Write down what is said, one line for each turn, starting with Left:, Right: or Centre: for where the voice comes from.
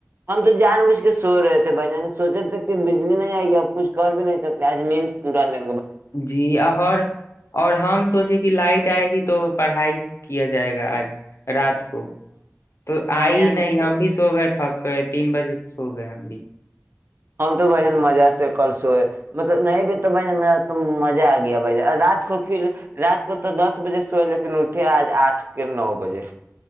Right: ہم تو جان بوجھ کے سو رہے تھے بھائی ج سوچے تک بجلی نہیں آئے گی اب کچھ کر بھی نہیں سکتے آج نیند پورا لگ
Left: جی اور اور ہم سوچے کہ لائٹ آئے گی تو پڑھائی کیا جائے گا آج رات کو کو تو آئی
Right: بھائی جان
Left: ہی نہیں ہم بھی سو گئے تھک تین بجے سو گئے ہم بھی
Right: ہم تو بھ جن مزہ سے کل سوئے مطلب نہیں بھی تو بھن میرا مزہ آ گیا بھ جن رات کو پھر رات کو تو دس بجے سوئے لیکن اٹھے آج آٹھ کے نو بجے